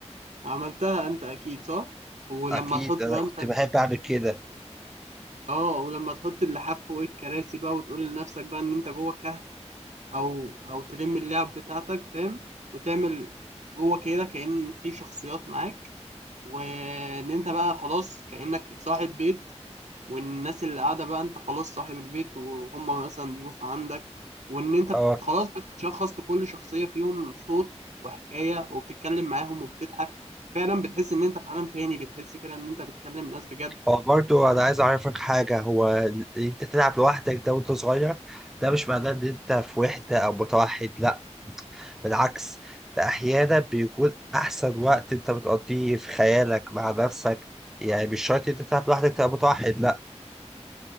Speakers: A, on the right (about 85°); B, in the centre.
A: عملتها انت اكيد صح ولما
B: اكيد
A: تحط
B: انا
A: بقى انت
B: كنت
A: ال-
B: بحب اعمل كده
A: اه ولما تحط اللحاف فوق الكراسي بقى وتقول لنفسك بقى ان انت جوه كهف او او تلم اللعب بتاعتك فاهم وتعمل جوه كده كأن في شخصيات معاك وان انت بقى خلاص كأنك صاحب بيت والناس اللي قاعدة بقى انت خلاص صاحب البيت وهم مثلا ضيوف عندك وان انت بت-
B: اه
A: خلاص بتشخص لكل شخصية فيهم صوت وحكاية وبتتكلم معاهم وبتضحك فعلا بتحس ان انت في عالم تاني بتحس كده ان انت بتكلم ناس بجد
B: هو برضه انا عايز اعرفك حاجه هو اللي انت تلعب لوحدك ده وانت صغير ده مش معناه ان انت في وحده او متوحد لا بالعكس ده احيانا بيكون احسن وقت انت بتقضيه في خيالك مع نفسك يعني مش شرط انت تلعب لوحدك تبقى متوحد لا